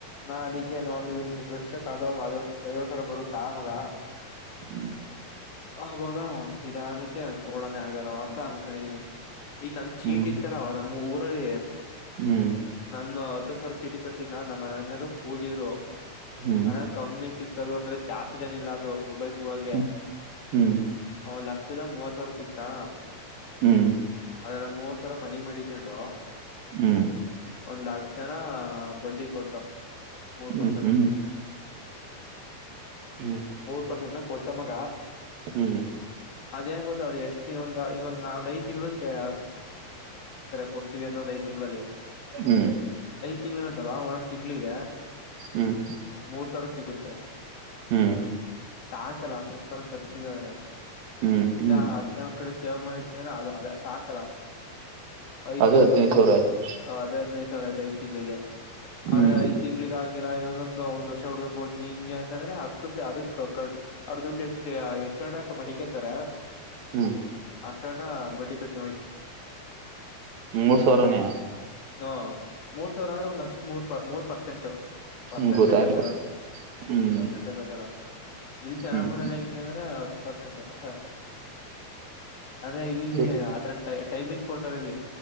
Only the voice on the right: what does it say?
ಹ್ಮ್
ಹ್ಮ್
ಹ್ಮ್
ಹ್ಮ್
ಹ್ಮ್
ಹ್ಮ್
ಹ್ಮ್
ಹ್ಮ್
ಹ್ಮ್ ಹ್ಮ್
ಹ್ಮ್
ಹ್ಮ್ ಹ್ಮ್
ಹ್ಮ್
ಹ್ಮ್
ಹ್ಮ್
ಹ್ಮ್
ಹ್ಮ್
ಅದು
ಹದ್ನೈದು
ಸಾವಿರ ಆಯ್ತು
ಹ್ಮ್
ಹ್ಮ್
ಮುರ್ಸವ್ರನೇ
ಹ್ಮ್ ಗೊತ್ತಾಯ್ತು
ಹ್ಮ್
ಹ್ಮ್
ಹ್ಮ್